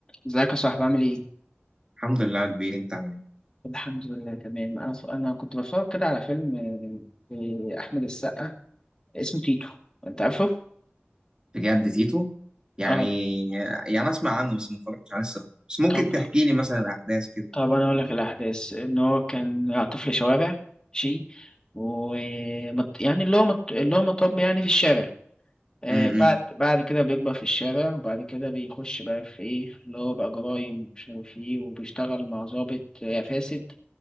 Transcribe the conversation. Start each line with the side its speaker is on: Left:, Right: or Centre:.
Left: ازيك يا صاحبي عامل ايه؟
Right: الحمد لله يا كبير انت عامل ايه
Left: الحمد لله تمام انا انا كنت بتفرج كده على فيلم آه، لاحمد السقا اسمه تيتو انت عارفه؟
Right: بجد تيتو يعني
Left: اه
Right: يعني اسمع عنه بس ما اتفرجتش عليه الصراحه بس ممكن
Left: طب
Right: تحكي لي مثلا الاحداث كده
Left: طب انا اقول لك الاحداث ان هو كان طفل شوارع ماشي و مت- يعني اللي هو مت... اللي هو مطب يعني في الشارع آه
Right: امم
Left: بعد بعد كده بيكبر في الشارع وبعد كده بيخش بقى في ايه اللي هو بقى جرايم ومش عارف ايه وبيشتغل مع ضابط آه، فاسد